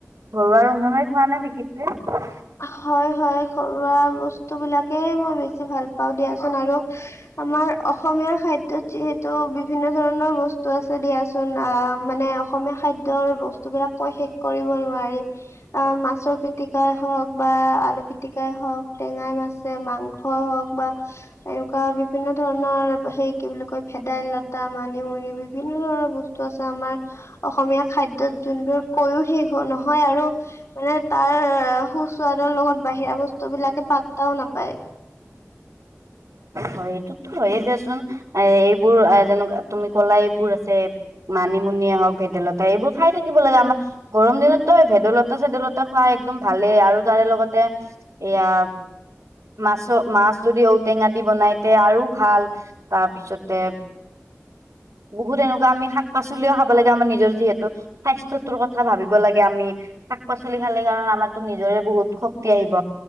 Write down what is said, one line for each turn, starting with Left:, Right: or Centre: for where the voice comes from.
Right: ঘৰুৱা ৰন্ধনে খোৱা নে বিশেষ কে,
Left: হয়, হয় ঘৰুৱা বস্তু বিলাকে মই বেছি ভাল পাওঁ! দিয়াচোন আৰু আমাৰ অসমীয়া খাদ্যত যিহেতু বিভিন্ন ধৰণৰ বস্তু আছে দিয়া! যোন অঁ মানে অসমীয়া খাদ্যৰ বস্তু বিলাক কৈ শেষ কৰিব নোৱাৰি! অঁ, মাছৰ পিতিকাই হওক, বা আলু পিতিকাই হওক টেঙাই মাছে মাংস হওক বা- এনেকুৱা বিভিন্ন ধৰণৰ সেই কি বুলি কয় ভেদাইলতা মানিমুনি বিভিন্ন ধৰণৰ বস্তু, টো আছে আমাৰ <unintelligible> অসমীয়া খাদ্যত যোনবোৰ কৈও শেষ নহয় আৰু মানে তাৰ, চাদৰ লগত বাহিৰা বস্তু বিলাকে পাতাও নাপায়!
Right: হয় এইটোতো হয়েই দিয়াচোন এ এইবোৰ যেনেকা তুমি কলাই এইবোৰ আছে, মানিমুনিয়ে হওক ভেদাইলতা এইবোৰ খাই থাকিব লাগে আমাৰ গৰম দিনত, তই ভেদলতা চেদলতা খুৱাই একদম ভালেই আৰু তাৰে লগতে এয়া, মাছ মাছ যদি ঔটেঙা দি, বনাইতে আৰু ভাল তাৰপিছতে, বহুত এনেকুৱা আমি শাক পাচলিও খাব লাগে আমাৰ নিজৰ যিহেতু স্বাস্থ্যটোৰ কথা ভাবিব লাগে আমি। শাক-পাচলি খালে কাৰণ আমাৰ তো নিজৰে বহুত শক্তি আহিব।